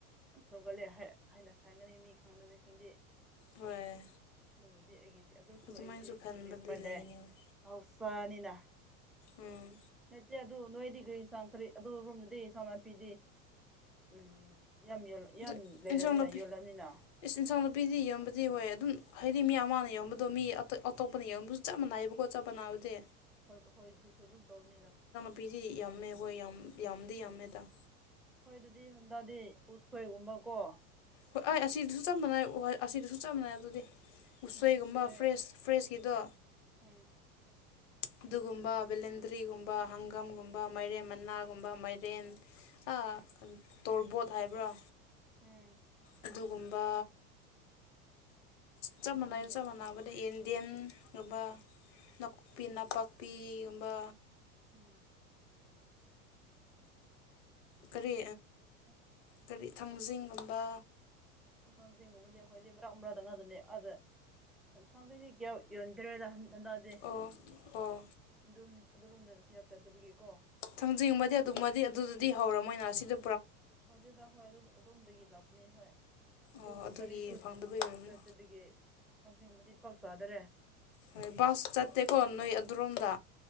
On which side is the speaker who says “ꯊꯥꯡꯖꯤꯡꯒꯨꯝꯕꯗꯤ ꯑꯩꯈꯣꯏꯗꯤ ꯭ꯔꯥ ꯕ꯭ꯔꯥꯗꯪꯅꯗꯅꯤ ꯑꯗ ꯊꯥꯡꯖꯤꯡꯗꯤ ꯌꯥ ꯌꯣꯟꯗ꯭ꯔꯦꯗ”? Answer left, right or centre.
Centre